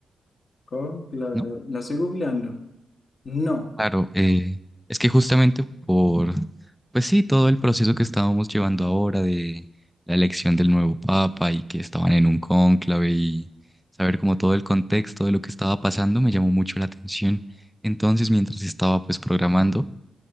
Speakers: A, on the left; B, in the centre.
A: con la,
B: ¿no?
A: la estoy googleando. No.
B: Claro, eh, es que justamente por, pues sí, todo el proceso que estábamos llevando ahora de la elección del nuevo papa y que estaban en un cónclave y saber como todo el contexto de lo que estaba pasando me llamó mucho la atención. Entonces, mientras estaba pues programando,